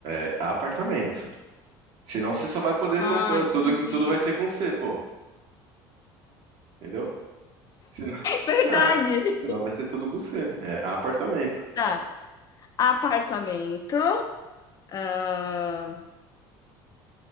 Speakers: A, on the right; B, on the left.
A: é apartamento. Senão você só vai poder
B: Ah,
A: comprar
B: entendi.
A: tudo, que- tudo vai ser com C, pô. Entendeu? Senão, <laughs>
B: <laughs> Verdade!
A: é, senão vai ser tudo com C. É apartamento.
B: Tá. Apartamento. ah,